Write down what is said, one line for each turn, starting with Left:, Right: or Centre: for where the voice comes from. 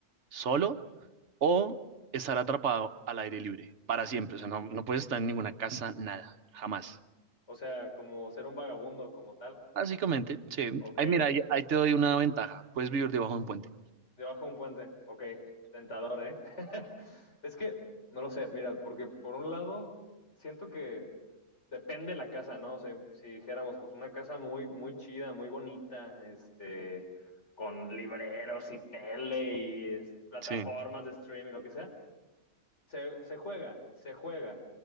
Right: solo o estar atrapado al aire libre para siempre. O sea, no, no puedes estar en ninguna casa, nada, jamás.
Left: O sea, como ser un vagabundo, como tal.
Right: Básicamente, sí.
Left: Ok.
Right: Ay, mira, ahí, ahí te doy una ventaja. Puedes vivir debajo de un puente.
Left: Debajo de un puente. Ok. Tentador, ¿eh? <laughs> Es que, no lo sé, mira, porque por un lado, siento que depende la casa, ¿no? O sea, si dijéramos, pues una casa muy, muy chida, muy bonita, este, con libreros y tele y es- plataformas
Right: Sí.
Left: de stream y lo que sea, se, se juega, se juega.